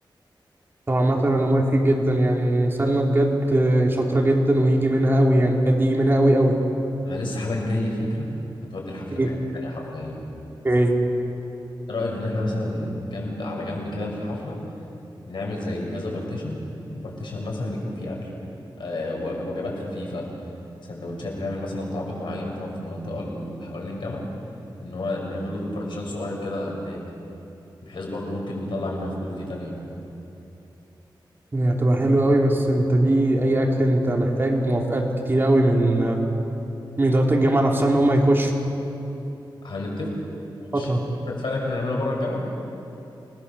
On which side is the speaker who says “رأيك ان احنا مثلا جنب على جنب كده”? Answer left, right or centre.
Left